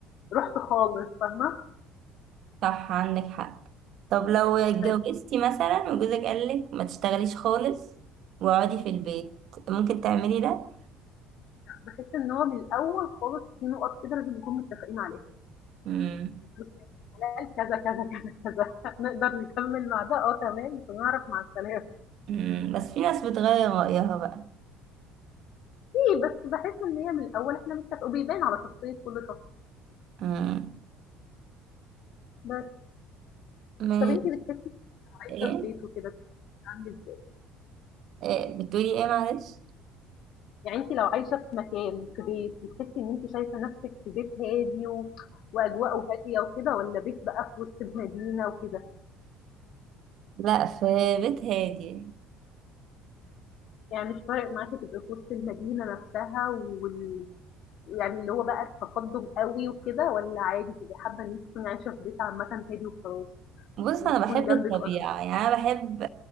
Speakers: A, on the left (about 60°); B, on the right (about 60°).
A: رحت خالص فاهمه
B: صح عندك حق طب لو اتجوزتي
A: طيب،
B: مثلا وجوزك قالك ما تشتغليش خالص واقعدي في البيت ممكن تعملي ده
A: بحس ان هو من الاول خالص في نقط كده لازم نكون متفقين عليها
B: مم.
A: بصي يا ست حلال كذا كذا كذا كذا <laughs> نقدر نكمل مع ده اه تمام مش هنعرف مع السلامه
B: مم. بس في ناس بتغير رأيها بقى
A: في بس بحس ان هي من الاول احنا متفقين وبيبان على شخصيه كل شخص
B: مم.
A: بس
B: من...
A: طب أنتِ بتحسّي لو عايشة
B: ايه
A: في بيت وكده بتبقى عاملة إزاي؟
B: إيه؟ بتقولي ايه معلش
A: يعني أنتِ لو عايشة في مكان، في بيت، بتحسّي إن أنتِ شايفة نَفْسِك في بيت هادي و وأجواءه هادية وكده والّا بيت بقى في وسط المدينة وكده؟
B: لا في بيت هادي
A: يعني مش فارق معاكِ تبقي في وسط المدينة نَفْسها وال يعني اللي هو بقى التقدُّم أوي وكده والّا عادي تبقي حابة إن أنتِ تكوني عايشة في بيت عامةً هادي وخلاص
B: بص
A: وتكون
B: انا بحب
A: جنبِك
B: الطبيعة
A: أشجار؟
B: يعني انا بحب